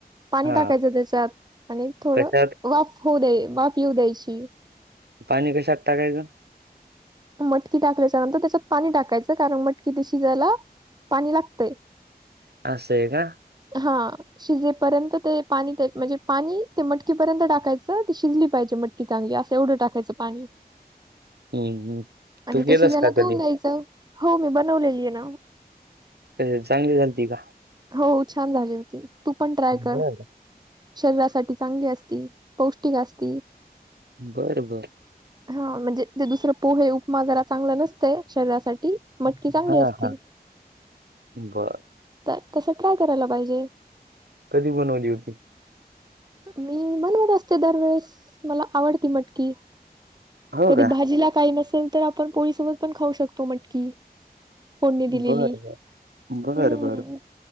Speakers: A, on the right (about 25°); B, on the right (about 80°).
A: पाणी
B: हा
A: टाकायचं त्याच्यात आणि थोडं
B: कशात
A: वाफ होऊ दे वाफ येऊ द्यायची.
B: पाणी कशात टाकायचं?
A: मटकी टाकल्याच्या नंतर त्याच्यात पाणी टाकायचं, कारण मटकी ती शिजायला पाणी लागतंय.
B: असंय का?
A: हा. शिजेपर्यंत ते पाणी ते म्हणजे पाणी ते मटकीपर्यंत टाकायचं, ती शिजली पाहिजे मटकी. की चांगली असं एवढं टाकायचं पाणी.
B: हम्म, हम्म.
A: आणि
B: तू गेलास
A: ते शीजायला
B: का
A: ठेवून
B: कधी
A: द्यायचं. हो मी बनवलेली आहे ना.
B: ते चांगली झालती का?
A: हो छान झाली होती. तू पण ट्राय कर,
B: बर
A: शरीरासाठी चांगली असती. पौष्टिक असती.
B: बर बर.
A: हा म्हणजे तेे दुसरं पोहे, उपमा जरा चांगला नसतंय शरीरासाठी. मटकी चांगली
B: हा
A: असती
B: हा बर.
A: तर तसं काय करायला पाहिजे?
B: कधी बनवली होती?
A: मी बनवत असते दरवेेळेस, मला आवडती मटकी.
B: हो
A: कधी
B: का?
A: भाजीला काही नसेल, तर आपण पोळीसोबत पण खाऊ शकतो मटकी. फोडणे दिलेली,
B: बर बर
A: हम्म.
B: बर बर